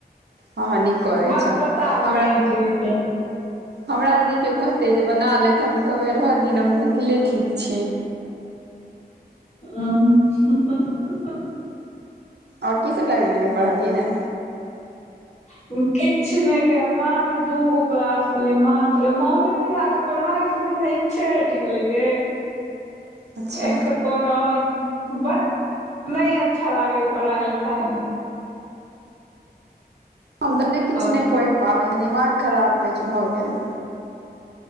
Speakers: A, on the right (about 85°); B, on the left (about 40°).
A: हँ हँ नीक करै
B: बकबता
A: छऽ हमरा
B: कहीं के भी तहन
A: हमरा यदि केओ कहते जे बना ले तऽ हम कहबै रहय दिहि नऽ हम भूखले ठीक छी
B: अच्छा
A: आओर की सब लाइब्रेरी मऽ पढ़लियी ने
B: <unintelligible> किछु नऽ गाय मात्र दू गो क्लास केलिए मात्र मोने नहि लागे पढ़ाई से जेना ईछे हेट गेलेगे
A: अच्छा
B: एक तऽ कोरन भख नहि अच्छा लागे पढ़ाई लिखाई मे
A: हम तऽ अपने नहि
B: की
A: किछु
B: करू
A: नहि पढ़ि पाबै छी दिमाग खराब किछु भऽ गेल